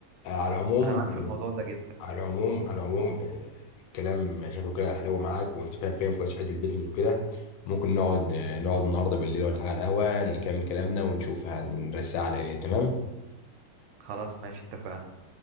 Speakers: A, on the left (about 80°); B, on the right (about 80°).
A: آه، على العموم
B: انا معاك في الموضوع ده جدا
A: على العموم على العموم آه، الكلام شكله كده حلو معاك وانت فاهم فاهم كويس في حته البيزنس وكده ممكن نقعد آه، نقعد النهارده بالليل ولا حاجه على القهوه نكمل كلامنا ونشوف هنرسي على ايه تمام
B: خلاص ماشي اتفقنا